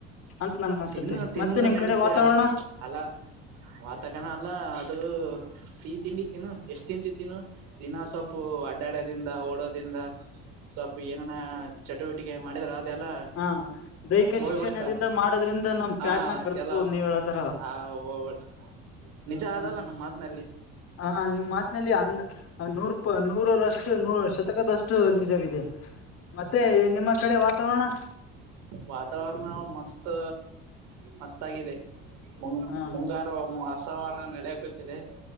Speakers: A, on the left; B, on the right.
A: ಅಂತ ನನ್ಗ ಅನ್ಸುತ್ತೆ
B: ತಿನ್ನು ತಿಂದ್ರ
A: ಮತ್ತೆ ನಿಮ್
B: ನಡೀತ
A: ಕಡೆ ವಾತಾವರಣ
B: ಅಲ. ವಾತಕರಣ ಅಲ್ಲ ಅದು ಸಿಹಿ ತಿಂಡಿತ್ತಿನ ಎಷ್ಟ್ ತ ತಿಂತಿ ತಿನ್ನು. ದಿನ ಸೊಪು ಅಡ್ಡಾಡೋದಿಂದ ಓಡೋದಿಂದ. ಸ್ವಪ ಏನನ ಚಟುವಟಿಕೆ ಮಾಡಿದ್ರ ಅದೆ ಎಲ್ಲ
A: ಹ ದೈಹಿಕ
B: ಹೋಗ್ಬಿಡ್ತ.
A: ಶಿಕ್ಷಣದಿಂದ ಮಾಡೋದ್ರಿಂದ ನಮ್
B: ಹಾ
A: ಫ್ಯಾಟ್ ನ ಕರ್ಗಿಸಬೋದು
B: ಎಲ್ಲ
A: ನೀವ್ ಹೇಳತರ
B: ಆ ಹ್ಬಟ್ ನಿಜ ಆದಲ್ಲ
A: ಹ
B: ನಮ್ಮ ಮಾತ್ನಲ್ಲಿ.
A: ಹ ನಿಮ್ ಮಾತ್ಲ್ಲಿ ಅಂದ. ಹ ನೂರು ಪ ನೂರರಷ್ಟು ನೂರ ಶತಕದಷ್ಟು ನಿಜವಿದೆ. ಮತ್ತೆ ನಿಮ್ಮ ಕಡೆ ವಾತಾವರಣ.
B: ವಾತಾವರ್ರಣ ಮಸ್ತ್ ಮಸ್ತ್ ಆಗಿದೆ. ಮುಂಗ
A: ಹ
B: ಮುಂಗಾರು ವಸವಾನ ನಡೆಯಕಟ್ಟಿದೆ